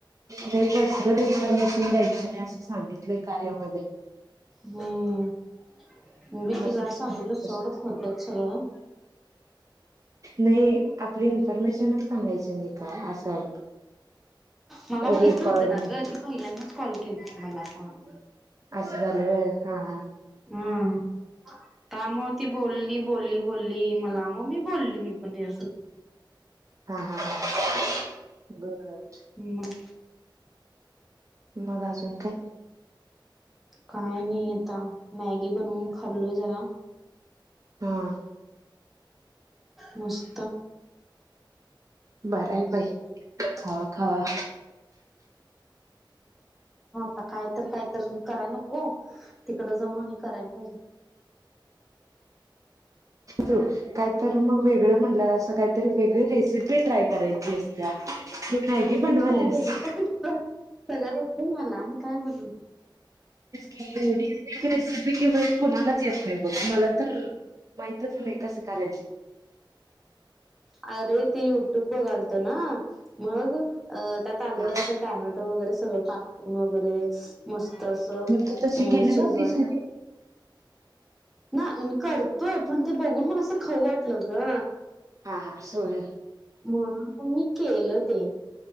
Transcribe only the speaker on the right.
ज इन्फॉर्मेशन द्यायचं नाही असं सांगितलंय कार्यामध्ये
पर्सनल
नाही आपली इन्फॉर्मेशनच सांगायची नाही का असं
रेकॉर्ड
मध्ये
असं झालं व्हय हा हा
हा हा हा बर
मग अजून काय
हा
बर आहे भाई खावा खावा
तू काय तर मग वेगळ म्हं असं काहीतरी वेगळी रेसिपी ट्राय करायची असत मी मॅगी बनवाल्यास
की एढ रेसिपी किंवा कुणालाच येत नाही बघ मला तर माती तुम्ही कस करायचे
हा
मग तू तशी
केली
नव्हतीस कधी
हा हा सोय